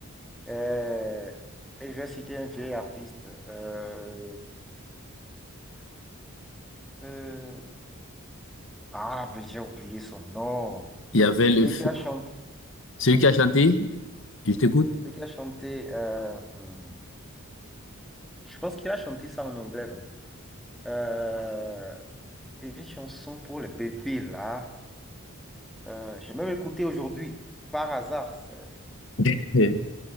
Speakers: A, in the centre; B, on the left.
A: Euh, et je vais citer un vieil artiste. Euh, euh, Ah, mais j'ai oublié son nom.
B: il y avait
A: Celui
B: le feu.
A: qui a chanté,
B: Celui qui a chanté, je t'écoute.
A: celui qui a chanté, euh, hum, je pense qu'il a chanté ça en anglais, non? Euh, une chanson pour les bébés, là. Euh, j'ai même écouté aujourd'hui, par hasard. c'est-
B: <laughs> Euh,